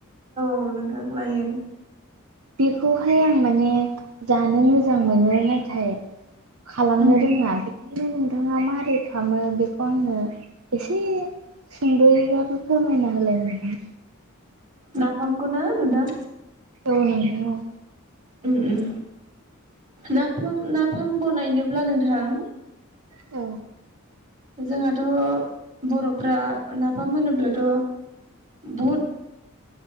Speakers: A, on the right; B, on the right.
A: औ नोंथां। लायो
B: बेखौहाय आं माने जानो मोजां मोनो नाथाय खालामनो
A: उम
B: रोङा बेनिखायनो नोंथाङा मारै खामो बेखौ आंनो एसे सुंद'यैबाबो फोरमायना होलाय नोंथां।
A: नाफामखौना नोंथां।
B: औ नोंथां औ
A: उम उम नाफाम नाफाम बनायनोब्ला नोंथां
B: औ
A: जोंहाथ' बर'फ्रा नाफाम होनोब्लाथ' बुहुद